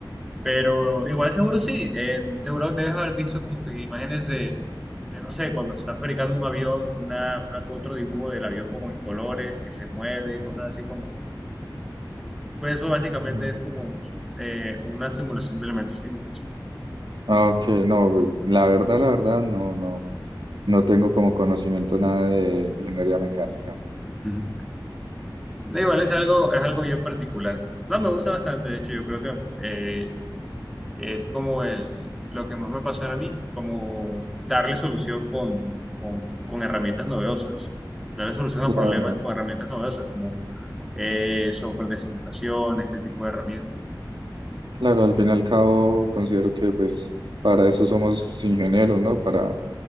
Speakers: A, in the centre; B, on the right.
A: Pero igual seguro sí, eh, seguro debes haber visto como que imágenes de, de, no sé, cuando se está fabricando un avión, una, una que otro dibujo del avión como en colores, que se mueve, cosas así como, pues eso básicamente
B: Mm.
A: es como un- eh, una simulación de elementos físicos.
B: Ok, no, la verdad, la verdad, no, no, no tengo como conocimiento nada de ingeniería mecánica.
A: Ujú. Da igual, es algo, es algo bien particular. No, me gusta bastante, de hecho, yo creo que eh, es como el, lo que más me pasó a mí, como darle solución con, con, con herramientas novedosas, darle solución a
B: Claro.
A: problemas con herramientas novedosas, como eh, software de simulación, este tipo de herramientas.
B: Claro, al fin y al cabo considero que pues para eso somos ingenieros, ¿no? Para